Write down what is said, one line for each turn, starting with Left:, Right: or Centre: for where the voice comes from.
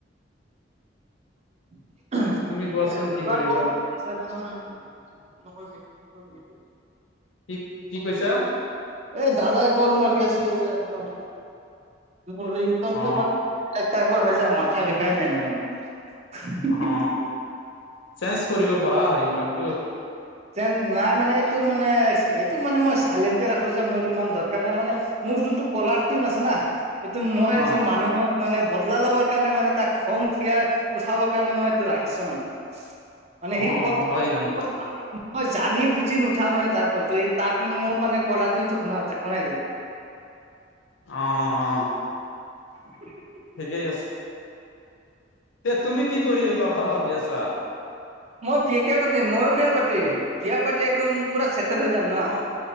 Right: এ তাৰ
Left: তুমি
Right: ক-
Left: কোৱাচোন কি কৰিবা?
Right: একদম নকৈ বি নকৈ বি।
Left: কি কি কৈছা?
Right: এই দাদাই কল মাৰি আছিলে যে একদম, মোৰ ৰিংটংটো
Left: অ
Right: মানে- এক টাইপৰ হৈ যায় মাথা বিষাই যায় মানে মোৰ।
Left: অ, চেইন্স কৰিব পাৰা ৰিংটংটো।
Right: যে নাই মানে এইটো মানে এইটো মানে মই চাইলেণ্টে ৰাখোঁ যে মোৰ ইমান দৰকাৰ নাই মানে- মোৰ যোনটো কলাৰ টিন আছে না, সেইটো মই
Left: অ
Right: এজন মানুহক মানে বদলা লবৰ কাৰণে মানে তাক খং থিয়া উঠাবৰ কাৰণে মই এইটো ৰাখিছো মানে।
Left: <unintelligible>
Right: মানে সি কত
Left: হয় জানো
Right: ক'ত পালে? মই জানি বুজি নুঠাও মানে তাৰ কলটো এই তাক মোৰ মানে কলা যু শুনাতে খুনাই যাক-
Left: অ অ।
Right: <unintelligible>
Left: ঠিকেই আছে। এতিয়া তুমি কি কৰিবি বাবা ভাবি আছা?
Right: মই বিয়কে পাতিম ময়ো বিয়া পাতিম বিয়া পাতি একদম পুৰা হৈ যাম না।
Left: অ,